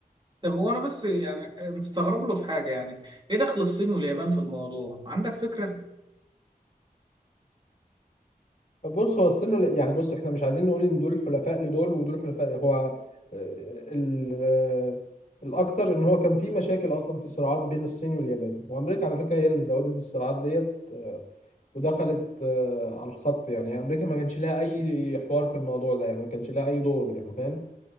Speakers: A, on the right; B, on the left.
A: طب وأنا بس يعني مستغرب له في حاجة يعني إيه دخل الصين واليابان في الموضوع؟ عندك فكرة؟
B: بص هو السن يعني بص احنا مش عايزين نقول ان دول حلفاء لدول ودول حلفاء هو آه، ال- آه، الاكتر ان هو كان في مشاكل اصلا في صراعات بين الصين واليابان وامريكا على فكره هي اللي زودت الصراعات ديت آه، ودخلت آه، على الخط يعني امريكا ما كانش لها اي حوار في الموضوع ده يعني ما كانش لها اي دور يعني فاهم